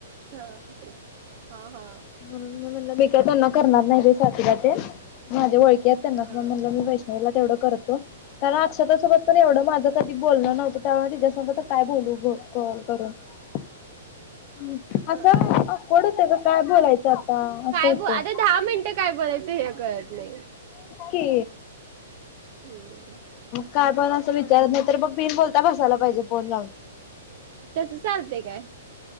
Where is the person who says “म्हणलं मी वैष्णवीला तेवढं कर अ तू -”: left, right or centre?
Left